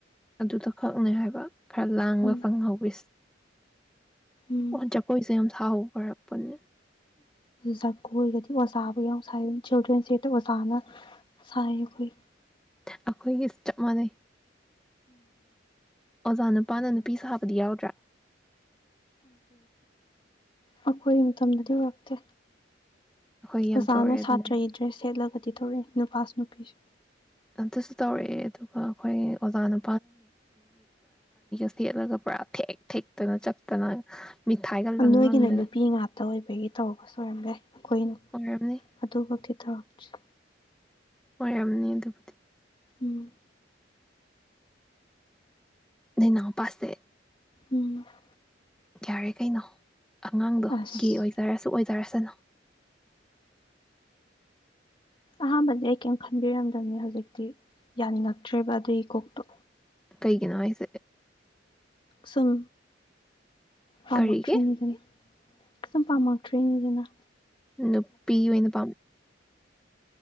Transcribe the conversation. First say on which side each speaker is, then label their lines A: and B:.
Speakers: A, in the centre; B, on the left.
A: ꯑꯗꯨꯗ ꯈꯛꯅꯦ ꯍꯥꯏꯕ ꯈꯔ ꯂꯥꯡꯕ
B: ꯎꯝ
A: ꯐꯪꯍꯧꯋꯁ
B: ꯎꯝ
A: ꯑꯣ ꯖꯒꯣꯏꯁꯦ ꯌꯥꯝ ꯁꯥꯎꯔꯛꯄꯅꯦ
B: ꯖꯒꯣꯏꯒꯗꯤ ꯑꯣꯖꯥꯕꯨ ꯌꯥꯝꯎ ꯁꯥꯏ ꯑꯗꯨ ꯆꯤꯜꯗ꯭ꯔꯦꯟꯁ ꯗꯦꯗ ꯑꯣꯖꯥꯅ ꯁꯥꯏ ꯑꯩꯈꯣꯏ
A: <inaudible> ꯑꯩꯈꯣꯏꯒꯤ ꯆꯞ ꯃꯥꯟꯅꯩ ꯑꯣꯖꯥ ꯅꯨꯄꯥꯅ
B: ꯍ ꯎꯟ <unintelligible>
A: ꯅꯨꯄꯤ ꯁꯥꯕꯗꯤ ꯌꯥꯎꯗ꯭ꯔꯥ
B: ꯑꯩꯈꯣꯏ ꯃꯇꯝꯗꯗꯤ ꯎꯔꯛꯇꯦ
A: ꯑꯩꯈꯣꯏ ꯌꯥꯝ
B: ꯑꯣꯖꯥꯅ
A: ꯇꯧꯔꯛꯑꯦ ꯑꯗꯨꯃꯥꯏꯅ
B: ꯁꯥꯇ꯭ꯔꯒꯤ ꯗꯔ꯭ꯦꯁꯗ ꯁꯦꯠꯂꯒ <unintelligible> ꯅꯨꯄꯥꯁꯨ ꯅꯨꯄꯤꯁꯨ
A: ꯑꯗꯨꯁꯨ ꯇꯧꯔꯛꯑꯦ ꯑꯗꯨꯒ ꯑꯩꯈꯣꯏ ꯑꯣꯖꯥꯅ ꯁꯦꯠꯂꯒ ꯄꯨꯔꯥ ꯊꯦꯛ ꯊꯦꯛꯇꯅ ꯆꯠꯇꯅ ꯃꯤꯊꯥꯏꯒ ꯂꯪ
B: ꯅꯣꯏꯒꯤꯅ
A: ꯂꯪꯗꯅ
B: ꯅꯨꯄꯤ ꯉꯥꯛꯇ ꯑꯣꯏꯕꯒꯤ ꯇꯧꯔꯝꯕꯁꯨ ꯑꯣꯏꯔꯝꯕꯌ꯭ꯥꯏ ꯑꯩꯈꯣꯏꯅ
A: ꯑꯣꯏꯔꯝꯅꯤ
B: ꯑꯗꯨꯃꯛꯇꯤ ꯊꯧꯔꯛꯆꯩ
A: ꯑꯣꯏꯌꯥꯝꯅꯤ ꯑꯗꯨꯕꯨꯗꯤ
B: ꯎꯝ
A: ꯅꯅꯥꯎꯄꯥꯁꯦ
B: ꯎꯝ <unintelligible>
A: ꯌꯥꯔꯦ ꯀꯩꯅꯣ ꯑꯉꯥꯡꯗꯣ
B: ꯑꯁ
A: ꯒꯤ ꯑꯣꯏꯖꯔꯁꯨ ꯑꯣꯏꯖꯔꯁꯅꯨ
B: ꯑꯍꯥꯟꯕꯗꯤ ꯑꯩ ꯀꯔꯤꯝ ꯈꯟꯕꯤꯔꯝꯗꯕꯅꯤ ꯍꯧꯖꯤꯛꯇꯤ ꯌꯥꯅꯤꯡꯉꯛꯇ꯭ꯔꯦꯕ ꯑꯗꯨꯒꯤ ꯀꯣꯛꯇꯣ
A: ꯀꯩꯒꯤꯅꯣ ꯍꯥꯏꯁꯦ
B: ꯁꯨꯝ ꯄꯥꯃꯛꯇꯔꯤꯅꯤꯗꯅꯥ
A: ꯀꯔꯤꯒꯤ
B: ꯁꯨꯝ ꯄꯥꯝꯛꯇ꯭ꯔꯤꯅꯤꯗꯅ
A: ꯅꯨꯄꯤ ꯑꯣꯏꯅ ꯄꯥꯝ